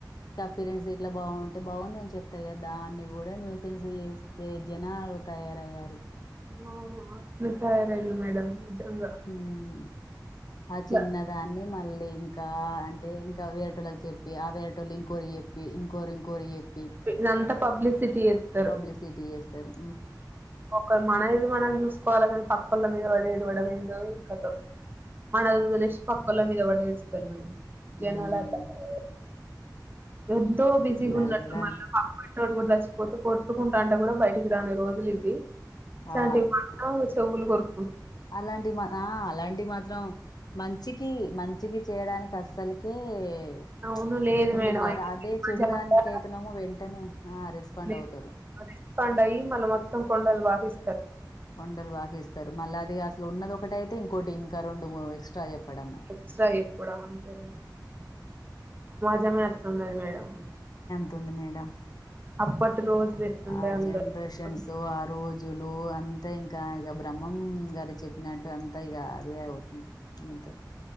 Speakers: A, on the left; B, on the right.
A: పీరెంట్స్ ఇట్లా బాగుంటే బాగుందని చెప్తారు కదా దాన్ని కూడా న్యూసెన్స్ చేస్తే జనాలు తయా తయారు
B: అవున అట్ల తయార అయిరు మేడం నిజంగా
A: ఉమ్ ఆ
B: ఇట్లా
A: చిన్నదాన్ని మళ్ళీ ఇంకా అం అంటే ఇంకా ఆటోలకి చెప్పి అవ్వేటోలు ఇంకోరి చెప్పి ఇంకోరు ఇంకారి చెప్పి
B: ఇదంతా పబ్లిసిటీ ఎత్తరు
A: పబ్లిసిటీ చేస్తారు.
B: ఒక మన ఇది మనం చూసుకోవాలి కానీ పక్కళ్ళ మీద పడిఏడవ్వడం ఏందో ఈ కత మన వదిలేసి పక్కల మీద పడి ఏడుస్తారు మేడం జనాలు
A: మ్మ్
B: అట్లా తయారు ఎంతో బిజీగా
A: అట్లా
B: ఉన్నట్టు
A: కూడా
B: మళ్ళా పక్క కూడా చచ్చిపోతే కొట్టుకుంటా అంటే కూడా బయటికి రాని రోజులు ఇవి. ఇట్లాంటివి
A: ఆ
B: మాత్రం చెవులు కోర్
A: అలాంటి మా ఆ అలాంటి మాత్రం మంచికి మంచికి చేయడానికి అస్సలుకే
B: అవును
A: ప్చ్
B: లేదు
A: ముందుకు
B: మేడం
A: రారు
B: ఆయన
A: అదే
B: సినిమా
A: చెడుదానిక
B: జనాల
A: అయితున్నామొ వెంటనే ఆ రెస్పాండ్
B: నే
A: అవుతారు.
B: రెస్పాండ్ అయి మనం మొత్తం కొండాలు వాకిస్తారు.
A: కొండలు వాకిస్తారు మళ్ళా అది అసలు ఉన్నది ఒకటి అయితే ఇంకోటి. రెండోమూడో ఎక్సట్రా చెప్పడం.
B: ఎక్స్ట్రా చెప్పడం అంతే జమల ఎట్లున్నది మేడం?
A: తుంది మేడం.
B: అప్పటి రోజులు ఎట్లుండే
A: ఆ
B: అందరు
A: జనరేషన్స్
B: ఇప్పుడు
A: ఆ రోజులు అ అంతే ఇంకా ఇగ బ్రహ్మం గారు చెప్పి నట్టు అంతా ఇగ అదే అవుతుంది. అంతే